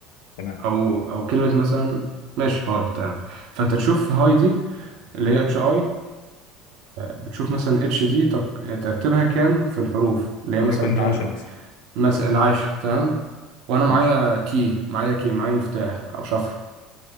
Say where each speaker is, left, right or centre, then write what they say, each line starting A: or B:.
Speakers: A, on the left (about 75°); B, on the right (about 65°).
A: تمام
B: او او كلمة مثلا ماشي هاي تمام فانت تشوف هاي دي اللي هي اتش اي بتشوف مثلا اتش دي ترك- ترتيبها كام في الحروف اللي هي
A: وليكن
B: مثلا كام
A: العاشر مثلا
B: مثلا العاشر تمام وانا معايا
A: ماشي
B: كي معايا كي معايا مفتاح او شفره